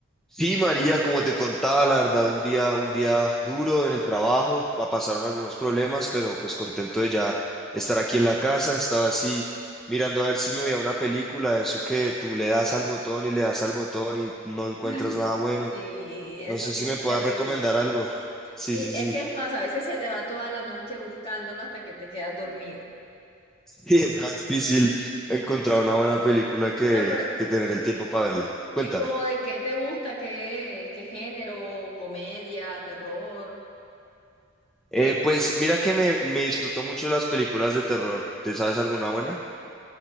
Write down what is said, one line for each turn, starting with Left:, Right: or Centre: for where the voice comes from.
Centre: Sí, María, como te contaba, la verdad, un día, un día duro en el trabajo, pa- pasaron algunos problemas, pero pues contento de ya estar aquí en la casa, estaba así mirando a ver si me veía una película, eso que tú le das al botón y le das al botón y no encuentras
Left: Ay,
Centre: nada bueno.
Left: sí, eso
Centre: No sé
Left: sí
Centre: si
Left: es
Centre: me puedas
Left: terrible.
Centre: recomendar algo. Sí,
Left: Sí,
Centre: sí,
Left: es
Centre: sí.
Left: que es más, a
Centre: <laughs>
Left: veces se te va toda la noche buscándolo hasta que te quedas dormido.
Centre: Sí, es más difícil encontrar una buena película que,
Left: No, pero,
Centre: que tener el tiempo para verla. Cuéntame.
Left: ¿y como de qué te gusta? ¿Qué, qué género? ¿Comedia? ¿Terror?
Centre: Eh,
Left: ¿Qué?
Centre: pues mira que me, me disfruto mucho las películas de terror. ¿Te sabes alguna buena?